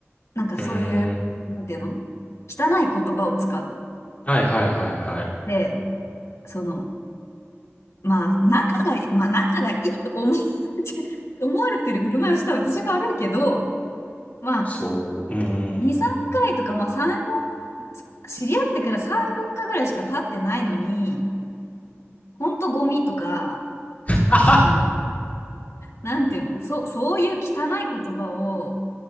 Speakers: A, on the left (about 70°); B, on the left (about 35°).
A: なんかそういう、
B: うーん。
A: なんていうの汚い言葉を使う。
B: はいはいはいはい。
A: で、その、まあ、仲がいい、まあ、仲がいいと思われて <laughs> 思われてる振る舞いをした私が悪いけど、まあ、
B: そう。うー
A: 2、
B: ん。
A: 3回とか、まあ、3、よん知り合ってから3、4日ぐらいしか経ってないのに、ほんとゴミとか、
B: <laughs>
A: その、なんていうの、そ、そういう汚い言葉を、